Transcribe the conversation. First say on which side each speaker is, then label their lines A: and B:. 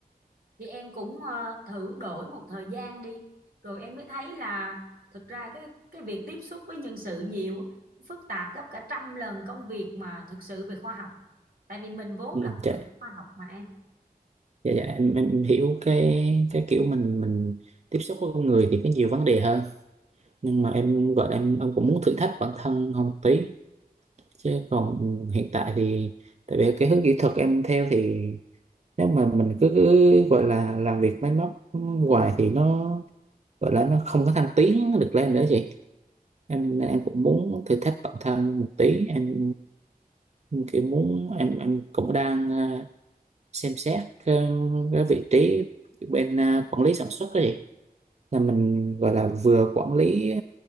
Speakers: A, on the right; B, on the right.
A: thì em cũng ờ, thử đổi một thời gian đi rồi em mới thấy là thực ra cái cái việc tiếp xúc với nhân sự nhiều á, phức tạp gấp cả trăm lần công việc mà thực sự về khoa học tại vì mình vốn
B: ừ,
A: là
B: dạ,
A: người của khoa học mà em
B: dạ, dạ, em, em hiểu cái cái kiểu mình mình tiếp xúc với con người thì có nhiều vấn đề hơn nhưng mà em gọi là em em cũng muốn thử thách bản thân hơn một tí chứ còn hiện tại thì tại vì cái hướng kỹ thuật em theo thì nếu mà mình cứ, cứ gọi là làm việc máy móc hoài thì nó gọi là nó không có thăng tiến được lên nữa chị em nên em cũng muốn thử thách bản thân một tí em kiểu muốn em em cũng đang à, xem xét cái, cái vị trí bên à, quản lý sản xuất đó chị là mình gọi là vừa quản lý